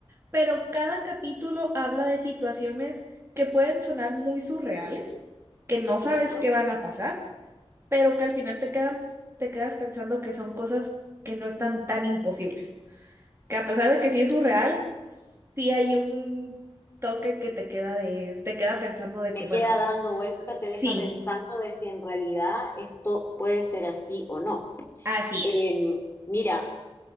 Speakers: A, on the right (about 25°); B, on the left (about 25°).
A: pero cada capítulo habla de situaciones que pueden sonar muy surreales, que no sabes
B: ya.
A: qué van a pasar, pero que al final te quedan, te quedas pensando que son cosas que no están tan imposibles que a pesar de que sí es surreal, sí hay un toque que te queda de, te queda pensando de
B: Te
A: que, bueno,
B: queda dando vuelta, te
A: sí,
B: deja pensando de si en realidad esto puede ser así o no.
A: así
B: Eh,
A: es.
B: mira,